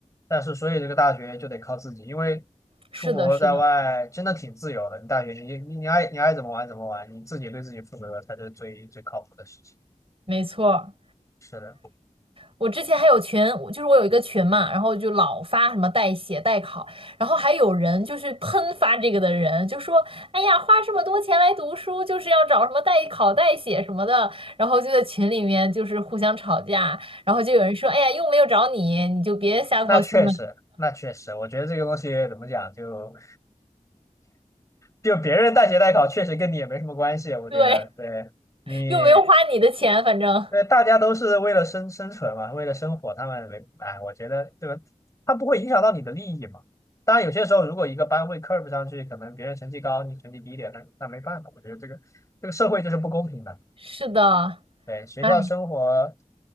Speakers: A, on the left; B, on the right.
A: 但是所以这个大学就得靠自己，因为出国在外真的挺自由的。
B: 是的，是的，
A: 你大学你你你爱你爱怎么玩怎么玩，你自己对自己负责才是最最靠谱的事情。
B: 没错儿
A: 是的，
B: 我之前还有群，我就是我有一个群嘛，然后就老发什么代写、代考，然后还有人就是喷发这个的人，就说：“哎呀，花这么多钱来读书，就是要找什么代考、代写什么的。”然后就在群里面就是互相吵架，然后就有人说：“哎呀，又没有找你，你就别瞎操心了。”
A: 那确实，那确实，我觉得这个东西怎么讲就。就别人代学代考确实跟你也没什么关系，我觉得，
B: 对，
A: 对你，
B: 又没有花你的钱，反正
A: 对大家都是为了生生存嘛，为了生活，他们没，哎，我觉得对吧？他不会影响到你的利益嘛。当然，有些时候如果一个班会 curve 上去，可能别人成绩高，你成绩低一点，那那没办法，我觉得这个这个社会就是不公平的。
B: 是的，
A: 对，学校生活，
B: 哎，